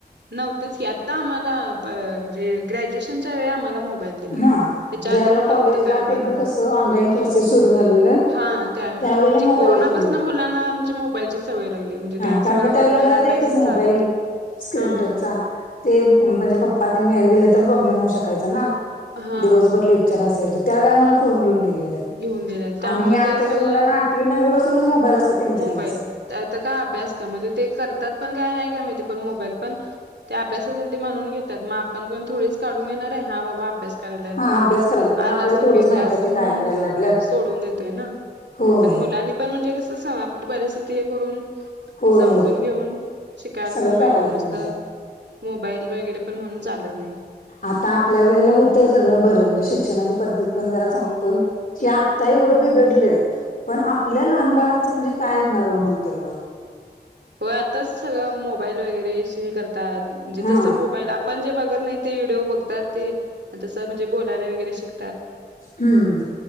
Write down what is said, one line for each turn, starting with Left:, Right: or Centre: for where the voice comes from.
Right: नव्हतेच की, आता आम्हाला म्हणजे ग्रॅज्युएशनच्या वेळी आम्हाला मोबाईल. दिला.
Left: हा,
Right: त्याच्या
Left: ज्यावेळेला
Right: आधी कुठं
Left: कॉलेजला,
Right: होतं काय आम्हाला
Left: ते पण कसं ऑनलाइन क्लासेस सुरू झालेलं.
Right: हा, त्यावेळेस
Left: त्यावेळेला
Right: म्हणजे
Left: मोबाईल
Right: कोरोनापासून
Left: घेऊन दिले
Right: मुलांना आमच्या मोबाईलची सवय लागली. म्हणजे
Left: हा,
Right: त्या
Left: कारण
Right: सगळ्या
Left: की त्यावेळेला
Right: ऑनलाईन
Left: घरात
Right: अभ्यास
Left: एकच मोबाईल.
Right: चालू होता
Left: स्क्रीन
Right: हा
Left: टचचा ते, म्हणजे पप्पा तेण बाहेर गेले तर प्रॉब्लेम होऊ शकायचा ना.
Right: हा
Left: दिवसभर लेक्चर असायचे त्यावेळी आमला फोन घेऊन दिलेले.
Right: घेऊन दिला त्यामुळे
Left: आणि हे आत्ताच्या
Right: ते सगळं
Left: मुलांना आठवी नववी पासूनच मोबाईल असतात त्यांच
Right: मोबाईल
Left: त्यांच.
Right: आता काय अभ्यास का, म्हणजे ते करतात पण काय नाही का, माहीत नाही, पण मोबाईल पण. ते अभ्यासासाठी म्हणून घेतात, मग आपण कोण थोडीच काढून घेणार आहे, हा बाबा अभ्यास करायलात.
Left: हा अभ्यास करायला पण
Right: आलं
Left: आपल्याला
Right: असेल
Left: थोडीच
Right: काहीतरी
Left: माहित
Right: असं
Left: आहे ते
Right: म्हणून
Left: काय करायला लागल्यात
Right: सोडून देतोय ना,
Left: होय
Right: पण मुलांनी. पण म्हणजे, कसं आपली परिस्थिती हे करून.
Left: होय
Right: समजून
Left: होय.
Right: घेऊन शिकायला
Left: सगळं
Right: पण पाहिलेे
Left: करायला
Right: नुसतं
Left: पाहिजे
Right: मोबाईल वगैरे पण म्हणून चालत नाही.
Left: आता आपल्या वेळेला होतं सगळं बरं, म्हणजे शिक्षणाची पद्धत पण जरा सांग पण. या, आत्ता एवढं बिघडलंय, पण आपल्या लहान बाळांचं म्हणजे काय होणार हो नंतर ना?
Right: हो, आताच सगळं मोबाईल वगैरे हे करतात, म्हणजे
Left: हा
Right: जसं मोबाईल. पण जे बघत नाही ते व्हिडिओ बघतात ते तसं, म्हणजे बोलायला वगैरे शिक
Left: हम्म,